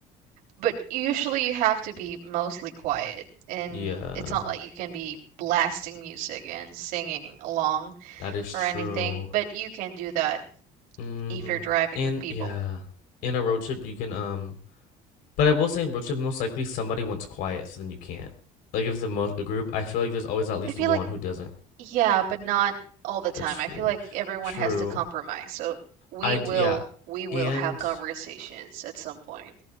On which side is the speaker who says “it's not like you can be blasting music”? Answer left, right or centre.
Right